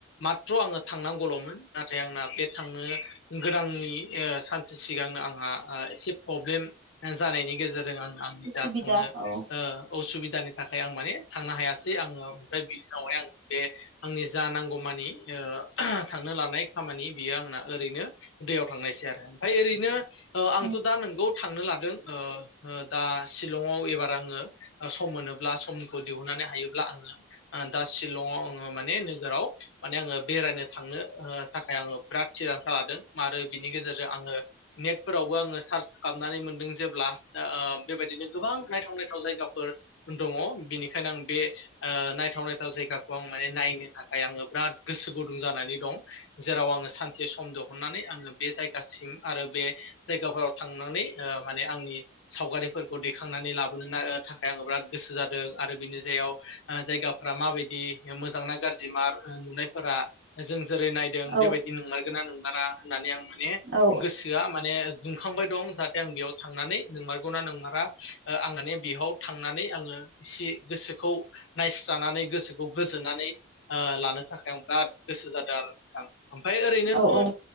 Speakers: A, on the left; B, on the right.
A: माथ्र' आङो थांनांगौलमोन नाथाय आंना बेद थांनो गोनांनि ओ सानसे सिगांनो आंहा एसे प्रब्लेम जानायनि गेजेरजों आं आंनि
B: उसुबिदा
A: दा थांनो
B: औ
A: ओ असुबिदानि थाखाय आं माने थांनो हायासै आंङो ओमफ्राय बिनि उनावहाय आं बे आंनि जा नांगौ मानि ओ <unintelligible> थांनो लानाय खामानि बियो आंना ओरैनो दैयाव थांनायसै आरो ओमफाय ओरैनो ओ आथ
B: औ
A: दा नोंगौ थांनो लादों ओ ओ दा शिलंआव एबार आंङो सम मोनोब्ला समखौ दिहुननानै हायोब्ला आंङो दा शिलंआव आंङो माने नोगोराव माने आंङो बेरायनो थांनो थाखाय आंङो बिराद थिरांथा लादों आरो बिनि गेजेरजों आंङो नेटफोरावबो आंङो सार्च खालामनानै मोनदों जेब्ला बेबायदिनो गोबां नायथाव-नायथाव जायगाफोर दंङ बेनिखायनो आं बे नायथाव-नायथाव जायगाखौ आं माने नायनो थाखाय आंङो बिराद गोसो गुदुं दुं जानानै दं जेराव आंङो सानसे सम देहुननानै आंङो बे जायगासिम आरो बे जायगाफोराव थांनानै ओ माने आंनि सावगारिफोरखौ दैखांनानै लाबोनो थाखाय आंङो बिराद गोसो जादों आरो बिनि जायाव जायगाफोरा माबायदि मोजांना गाज्रि मार नुनायफोरा जों जेरै नायदों
B: औ
A: बेबायदि नोंमारगोनना नोंमारा <unintelligible> मे
B: औ
A: गोसोआ माने दुंखांबाय दं जाहाथे आं बेयाव थांनानै नोंमारगौना नोंमारा आंहाने बेयाव थांनानै आंङो एसे गोसोखौ नायस्रानानै गोसोखौ गोजोननानै ओ लानो थाखाय आं बिराद गोसो जादों आरो नों‌थां ओमफाय ओरैनोथ
B: औ औ